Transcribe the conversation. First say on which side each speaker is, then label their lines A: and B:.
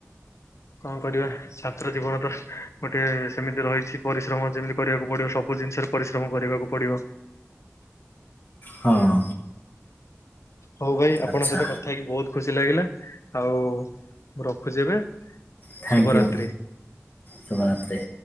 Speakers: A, on the left; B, on the left.
A: କଣ କରିବା ଛାତ୍ର ଜୀବନ ତ ଗୋଟେ ସେମିତି ରହିଛି ପରିଶ୍ରମ ଯେମିତି କରିବାକୁ ପଡିବ ସବୁ ଜିନିଷରେ ପରିଶ୍ରମ କରିବାକୁ ପଡିବ।
B: ହଁ
A: ହଉ ଭାଇ ଆପଣଙ୍କହିତ
B: ଆଚ୍ଛା
A: କଥା ହେଇତୁ ବହୁତ ଖୁସି ତିଲା ଲାଗିଲା ଆଉ ରଖୁଛି ଏବେ।
B: ଥ୍ୟାଙ୍କ
A: ଶୁଭରାତ୍ରି।
B: ୟୁ ଶୁଭ ରାତ୍ରି।